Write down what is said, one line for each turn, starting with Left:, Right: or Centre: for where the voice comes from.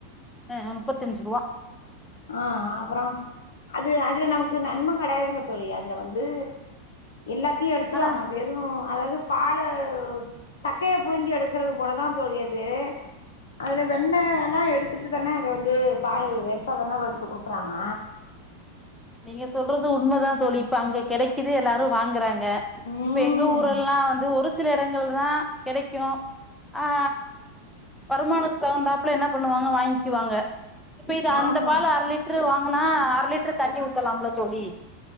Centre: அ முப்பத்தஞ்சிருவா
Left: ஆ அப்பறோ அது அதுல நமக்கு நன்ம கெடையாதுங்க தோழி அதுல வந்து எல்லாத்தையு எடுத்துருவாங்க
Centre: ஆனா
Left: வெறு அதாவ்து பால சக்கைய புழிஞ்சு எடுக்குறது போலதா தோழி அது அதுல வெண்ணெய் எல்லா எடுத்துட்டுதான அது வந்து பாலு வேஸ் ட்டாதான எடுத்து குடுக்குறாங்க
Centre: நீங்க சொல்றது உண்மதா தோழி இப்ப அங்க கெடைக்குது எல்லாரு வாங்குறாங் க
Left: ம்
Centre: இப்ப எங்க ஊரெல்லா வந்து ஒரு சில எடங்கள் தா கெடைக்கு ஆ வருமானத் தகுந்தாப்புல என்ன பண்ணுவாங்க வாங்கிக்குவாங்க இப்ப இது அந்த
Left: ஆமா
Centre: பால் அர லி ட்ரு வாங்குனா அர லிட்ரு தண்ணி ஊத்தலாம்ல்ல தோழி